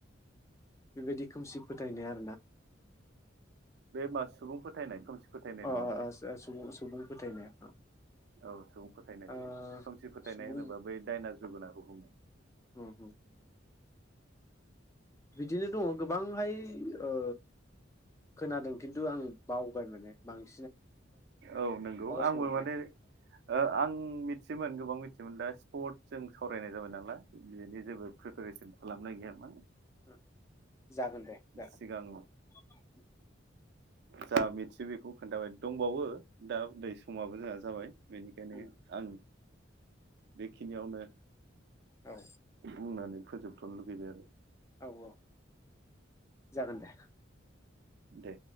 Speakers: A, on the left; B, on the right.
A: बेबायदि खोमसि फोथायनाया
B: बे मास सुबुं फोथायनाय खोमसि फोथायनाय
A: अ
B: नङा
A: अ
B: बेयो
A: अ सु- सुबुं सुबुं फोथायनाया
B: औ सुबुं फोथायनाय
A: ओ
B: बेयो खोमसि फोथायनाय
A: सुबुं
B: होनोबा बै दायना जोगोनाखौ बुङो
A: उम उम बिदिनो दङ गोबांहाय ओ खोनादों खिन्थु आं बावबाय माने बांसिन
B: औ नंगौ आंबो
A: समावहाय
B: माने आं मिथियोमोन गोबां मिथि योमो दा स्पर्ट जों सावरायनाय जाबाय नालाय बेनि जेबो प्रिपेरेसन खालामनाय गैया मोन
A: उम जागोन दे जागोन।
B: सिगां जा मिथियो बेखौ खोन्थाबाय। दंबावो दा उन्दै समाबो जोंहा जाबाय बेनिखायनो
A: जागोन
B: आं बेखिनियावनो
A: औ
B: बुंनानै फोजोब थनो लुगैबाय आरो।
A: औ औ जागोन दे।
B: दे।